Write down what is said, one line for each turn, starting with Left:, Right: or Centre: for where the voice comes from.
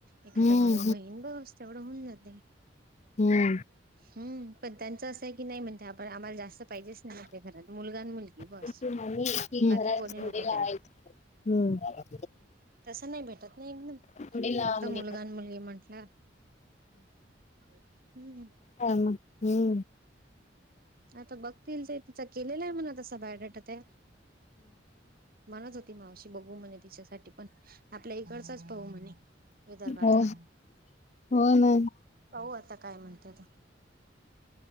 Right: एखादा
Left: हम्म
Right: भाऊ बहीण बस तेवढं होऊन जाते
Left: हम्म
Right: हम्म पण त्यांचं असं आहे की नाही म्हणत आपण आम्हाला जास्त पाहिजेच नाय माच्या घरात मुलगा न मुलगी. बस.
Left: <inaudible>
Right: बाकी कोणी नको त्याला तसं नाय भेटत नय म
Left: घोडे लावा
Right: फक्त
Left: म्हणे.
Right: मुलगा आणि मुलगी म्हंटलं. हम्म हम्म
Left: ह न हम्म
Right: आता बघतील ते तिचां केलेला आहे म्हणा तसा बायोडेटा म्हणत होती मावशी बघू म्हणे तिच्यासाठी पण आपल्या इकडचाच पाहू म्हणे विदर्भातला
Left: हो हो ना
Right: पाहू आता काय म्हणते तर